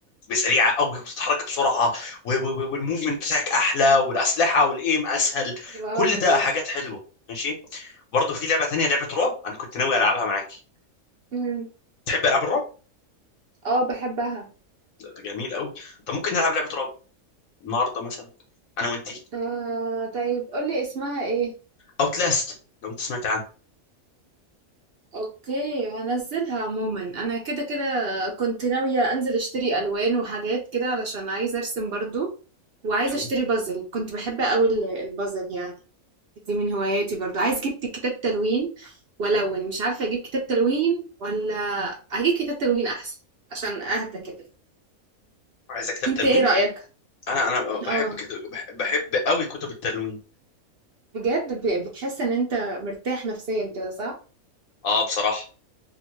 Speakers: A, on the left; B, on the right.
A: بسريعه قوي وبتتحرك بسرعه و- و- و- والموفمنت بتاعك احلى والاسلحه والايم اسهل
B: واو
A: كل ده
B: بجد
A: حاجات حلوه ماشي برضو في لعبه تانية لعبه رعب انا كنت ناوي العبها معاكي
B: مم.
A: تحب العاب الرعب
B: اه بحبها
A: لا، ده جميل قوي طب ممكن نلعب لعبه رعب النهارده مثلا انا وانتي
B: آه طيب قولي اسمها ايه
A: اوتلاست لو انت سمعت عنها
B: اوكي هنزلها عموما انا كده كده كنت ناوية انزل اشتري الوان وحاجات كده علشان عايزة ارسم برضو وعايزة
A: تلوين
B: اشتري بازل كنت بحب قوي ال- البازل يعني دي من هواياتي برضو عايز اجيب كتاب تلوين والون مش عارفه اجيب كتاب تلوين ولا اجيب كتاب تلوين احسن عشان اهدى كده
A: عايزه كتاب
B: انت
A: تلوين
B: ايه رايك
A: انا انا بحب
B: اه
A: كده بح- بحب قوي كتب التلوين
B: بجد ب- بتحس ان انت مرتاح نفسيا كده صح
A: اه بصراحه